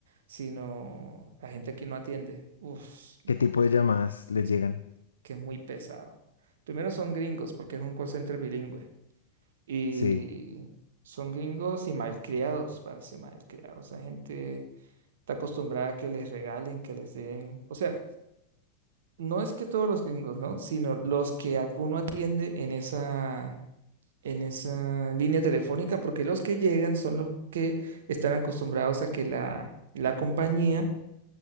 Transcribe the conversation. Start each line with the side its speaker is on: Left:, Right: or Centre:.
Right: sino la gente que uno atiende. Uf, no,
Left: ¿Qué tipo
Right: es,
Left: de llamadas les
Right: es
Left: llegan?
Right: que es muy pesado. Primero son gringos, porque es un call center bilingüe. Y
Left: Sí,
Right: son gringos y malcriados, parece malcriados. La gente está acostumbrada a que les regalen, que les den. O sea, no es que todos los gringos, ¿no? Sino los que at- uno atiende en esa, en esa línea telefónica, porque los que llegan son los que están acostumbrados a que la, la compañía